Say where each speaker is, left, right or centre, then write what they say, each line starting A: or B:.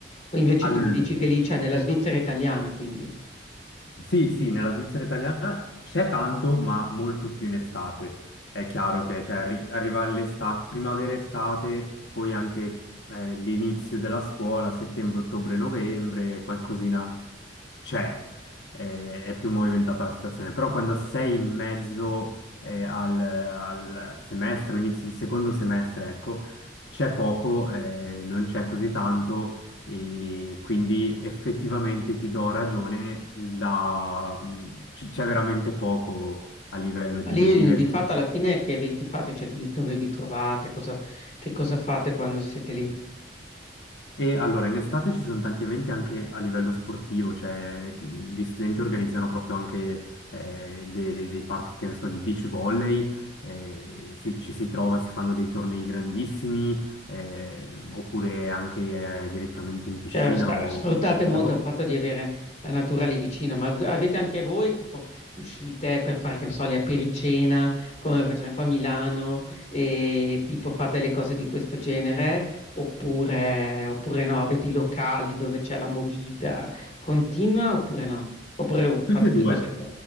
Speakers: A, on the left; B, on the left.
A: O invece
B: Allora.
A: tu mi dici che lì cioè nella Svizzera italiana quindi.
B: Sì, sì, nella Svizzera italiana c'è tanto, ma molto più in estate. È chiaro che cioè, arri- arriva l'estate, primavera-estate, poi anche eh, l'inizio della scuola, settembre, ottobre, novembre, qualcosina c'è, eh, è più movimentata la situazione, però quando sei in mezzo eh, al, al semestre, o inizi il secondo semestre, ecco, c'è poco, eh, non c'è così tanto e quindi effettivamente ti do ragione, la- mh, c- c'è veramente poco a livello
A: Ma
B: di
A: lì
B: divertimento.
A: di fatto alla fine che eventi fate? Cioè di dove vi trovate? Cosa che cosa fate quando siete lì?
B: E allora, in estate ci sono tanti eventi anche a livello sportivo, cioè tu- gli studenti organizzano proprio anche eh, dei, dei party, che ne so, di beach volley, eh, si- ci si trova, si fanno dei tornei grandissimi, eh, oppure anche eh, direttamente in piscina
A: Cioè sta-
B: o
A: sfruttate
B: nel lago.
A: molto il fatto di avere la natura lì vicino, ma av- avete anche voi tipo uscite per fare, che ne so, le apericena, come facciamo qua a Milano, e tipo fate le cose di questo genere, oppure, oppure no, avete i locali dove c'è la movida continua oppure no? Oppure fate
B: Tutti e
A: più
B: due,
A: cose